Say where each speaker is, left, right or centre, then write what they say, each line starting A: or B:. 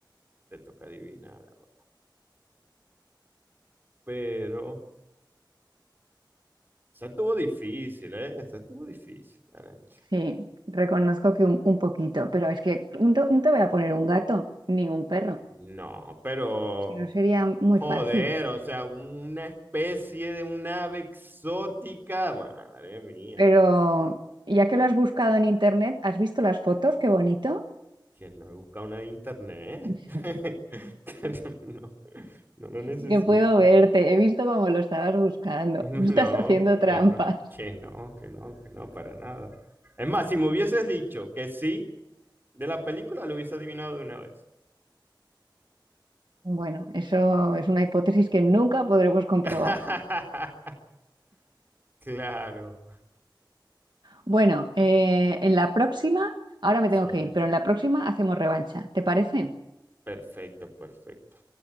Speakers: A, on the right; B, on the right.
A: te toca adivinar ahora. Pero, esa estuvo difícil, ¿eh? Esa estuvo difícil, Arancha.
B: Sí, reconozco que un, un poquito, pero es que no te, no te voy a poner un gato ni un perro,
A: No, pero
B: si no sería muy
A: Joder,
B: fácil.
A: o sea, una especie de un ave exótica. Madre mía,
B: Pero ya que lo has buscado en internet, ¿has visto las fotos? Qué bonito.
A: ¿Quién no he buscado una de internet.
B: <laughs>
A: <laughs> Que no, no lo necesito.
B: Es que puedo verte, he visto cómo lo estabas buscando.
A: <laughs>
B: Estás
A: No,
B: haciendo trampas.
A: que no, que no, que no, que no, para nada. Es más, si me hubieses dicho que sí de la película, lo hubiese adivinado de una vez.
B: Bueno, eso es una hipótesis que nunca podremos comprobar.
A: <laughs> Claro.
B: Bueno, eh, en la próxima, ahora me
A: Sí,
B: tengo que ir, pero en la próxima hacemos revancha. ¿Te parece?
A: perfecto, perfecto.